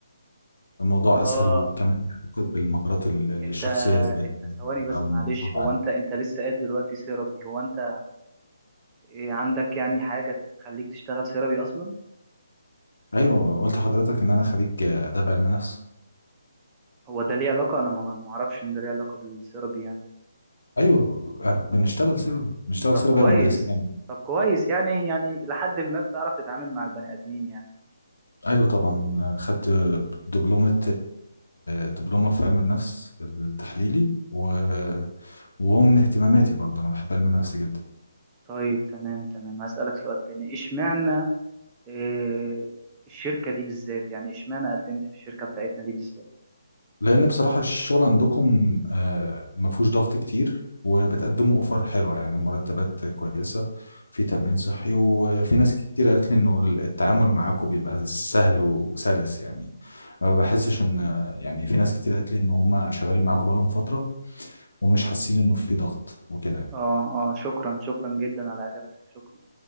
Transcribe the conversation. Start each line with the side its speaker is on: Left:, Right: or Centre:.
Left: فالموضوع
Right: آه
Left: اسهل وكمان بيعتقد بالمهارات ال- ال-
Right: انت
Left: الشخصيه زي ال-
Right: انت ثواني
Left: ببقى
Right: بس
Left: متابعة.
Right: معلش هو انت انت لسه قايل دلوقتي سيرابي هو انت إيه عندك يعني حاجة تخليك تشتغل سيرابي اصلا
Left: ايوه قلت لحضرتك ان انا خريج اداب علم نفس
Right: هو ده ليه علاقة انا ما ما اعرفش ان ده ليه علاقة بالسيرابي يعني
Left: ايوه بنشتغل سيرابي بنشتغل
Right: طب
Left: سيرابي
Right: كويس
Left: او مدرسين
Right: طب كويس يعني يعني لحد ما بتعرف تتعامل مع البني ادمين يعني
Left: ايوه طبعا خدت دبلومه دبلومه في علم النفس التحليلي و وهو من اهتماماتي برضه انا بحب علم النفس جدا
Right: طيب تمام تمام هسألك سؤال تاني اشمعنى إيه الشركة دي بالذات يعني اشمعنى قدمت في الشركة بتاعتنا دي بالذات
Left: لان بصراحه الشغل عندكم آه، ما فيهوش ضغط كتير وبتقدموا اوفر حلوه يعني مرتبات كويسه في تامين صحي وفي ناس كتير قالت لي انه التعامل معاكم بيبقى سهل وسلس يعني ما بحسش ان يعني في ناس كتير قالت لي ان هم شغالين معاكم بقالهم فتره ومش حاسين انه في ضغط وكده يعني
Right: اه اه شكرا شكرا جدا على اجابتك شكرا